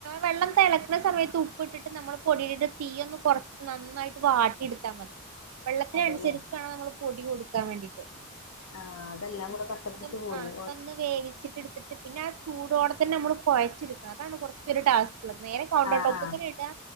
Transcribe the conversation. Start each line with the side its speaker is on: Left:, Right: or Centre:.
Right: വെള്ളം തെളക്കുന്ന സമയത്ത് ഉപ്പ് ഇട്ടിട്ട് നമ്മള് പൊടിഇട്ട് തീ ഒന്ന് കൊറച്ച് നന്നായിട്ട് വാട്ടിയെടുത്താ മതി. വെള്ളത്തിനനുസരിച്
Left: അതെല്ലേ
Right: വേണം നമ്മൾ പൊടി കൊടുക്കാൻ വേണ്ടിയിട്ട്
Left: ആഹ് അതെല്ലാം
Right: <unintelligible>
Left: കൂടെ കട്ടപിടിച്ച് പോയി
Right: ആഹ്, അതൊന്നു
Left: ഓ
Right: വേവിച്ചിട്ടെടുത്തിട്ട് പിന്നെ ആ ചൂടോടെ തന്നെ നമ്മളു കൊഴച്ചെടുക്കണം അതാണ് കുറച്ചൊരു ടാസ്കുള്ളത് നേരെ കൗണ്ടർ
Left: ആഹ്
Right: ടോപ്പ്ക്കണിടാ
Left: ആഹ്